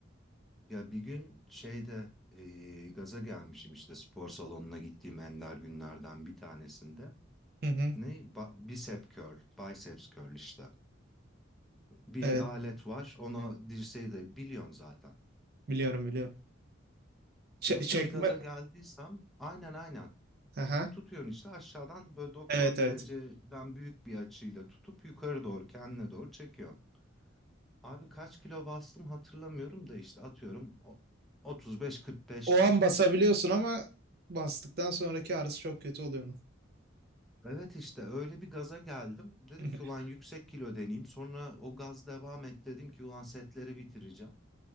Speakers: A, in the centre; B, on the right.
A: Ya bir gün şeyde e, gaza gelmişim işte spor salonuna gittiğim ender günlerden bir tanesinde.
B: Hı hı.
A: Ne? Ba- bicep curl, biceps curl işte. Bir
B: Evet
A: alet var. Ona dirseği de biliyorsun zaten.
B: biliyorum biliyorum. Çe-
A: Nasıl
B: çekme.
A: bir gaza geldiysem aynen aynen.
B: Aha.
A: Tutuyorsun işte aşağıdan böyle 90
B: Evet evet.
A: dereceden büyük bir açıyla tutup yukarı doğru kendine doğru çekiyorsun. Abi kaç kilo bastım hatırlamıyorum da işte atıyorum 35-45'te.
B: O an basabiliyorsun ama bastıktan sonraki ağrısı çok kötü oluyor onun.
A: Evet işte öyle bir gaza geldim. Dedim
B: <laughs>
A: ki ulan yüksek kilo deneyeyim. Sonra o gaz devam et dedim ki ulan setleri bitireceğim.